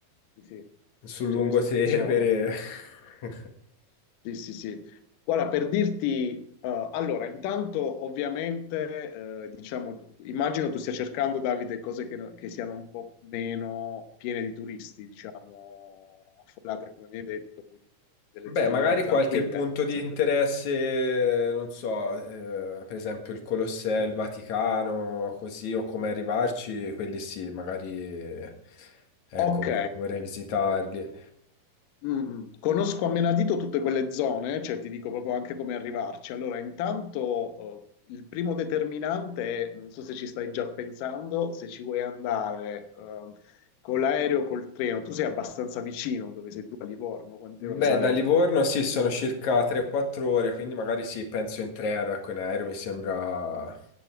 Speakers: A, on the left (about 80°); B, on the left (about 60°).
A: sì, sì,
B: sul
A: ce
B: lungotevere.
A: ne sono.
B: <laughs>
A: Sì, sì, sì. Guarda, per dirti, eh, allora, intanto ovviamente, eh, diciamo, immagino tu stia cercando, Davide, cose che, no- che siano un po' meno piene di turisti, diciamo, affollate, come mi hai detto, quindi delle
B: Beh,
A: zone
B: magari
A: più tranquille.
B: qualche punto di
A: se
B: interesse,
A: vuoi.
B: non so, eh, per esempio il Colosseo, il Vaticano, così, o come arrivarci, quelli sì, magari, ecco,
A: Ok,
B: vorrei visitarli.
A: Mm, Conosco a menadito tutte quelle zone, cioè ti dico proprio anche come arrivarci. Allora, intanto eh, il primo determinante è, non so se ci stai già pensando, se ci vuoi andare ehm, con l'aereo o col treno. Tu sei abbastanza vicino dove sei tu a Livorno, quante
B: Beh,
A: ore sarebbero?
B: da Livorno sì, sono circa 3 o 4 ore, quindi magari sì, penso in treno, ecco, in aereo mi sembra